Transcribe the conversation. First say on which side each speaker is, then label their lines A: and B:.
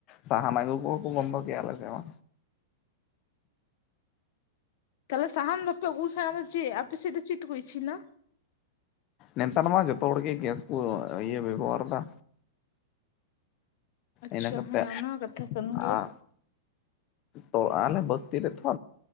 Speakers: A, on the left; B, on the left.
A: ᱥᱟᱦᱟᱱ ᱟᱹᱜᱩ ᱠᱚ ᱵᱚᱱᱫᱚ ᱠᱮᱫᱟ ᱟᱞᱮ ᱥᱮᱫ ᱢᱟ᱾
B: ᱛᱟᱦᱚᱞᱮ ᱥᱟᱦᱟᱱ ᱵᱟᱯᱮ ᱟᱹᱜᱩᱭ ᱞᱮ ᱠᱷᱟᱱᱫᱚ ᱪᱮᱫ ᱟᱯᱮᱥᱮᱫ ᱫᱚ ᱪᱮᱫ ᱛᱮ ᱠᱚ ᱤᱥᱤᱱᱟ?
A: ᱱᱮᱛᱟᱨ ᱢᱟ ᱡᱚᱛᱚ ᱦᱚᱲ ᱜᱮ ᱜᱮᱥ ᱠᱚ ᱤᱭᱟᱹ ᱵᱮᱵᱚᱦᱟᱨ ᱮᱫᱟ᱾
B: ᱟᱪᱪᱷᱟ
A: ᱤᱱᱟ ᱠᱟᱛᱮ
B: ᱦᱮᱸ ᱚᱱᱟ ᱦᱚᱸ ᱠᱟᱛᱷᱟ ᱠᱟᱱ ᱜᱮᱭᱟ
A: ᱟ- ᱛᱚ ᱟᱞᱮ ᱵᱚᱥᱛᱤ ᱨᱮ ᱛᱚ